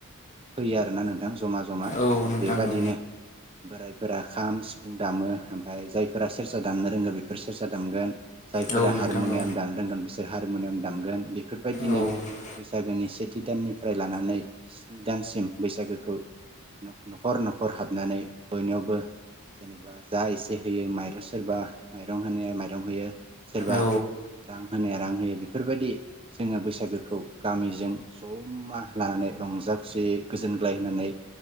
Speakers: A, on the right (about 25°); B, on the left (about 35°).
A: फैयो आरोना नों थां जमा जमा
B: औ
A: आरो
B: नोंथां
A: बेबादिनो
B: औ
A: बोरायफोरा खाम सिफुं दामो ओमफाय जायफोरा सेरजा दामनो रोङो बेफोर सेरजा दामगोन जायफोरा
B: औ नोंथां
A: हारम'नियाम
B: औ
A: दामनो रोंगोन बिसोर हारमनियाम दामगोन बे फोरबायदिनो
B: औ
A: बैसागोनि से थि दाननिफ्राय लानानै स्नि दानसिम बैसागोखौ न' न'खर न'खर हाबनानै बयनियावबो जेनेबा जा एसे होयो माइरं सोरबा माइरं होनाया माइरं होयो सोरबा
B: औ
A: रां होनाया रां होयो बि बेफोरबायदि जोङो बैसागोखौ गामिजों ज'मा लानानै रंजा खुसियै गोजोनग्लाय होनानै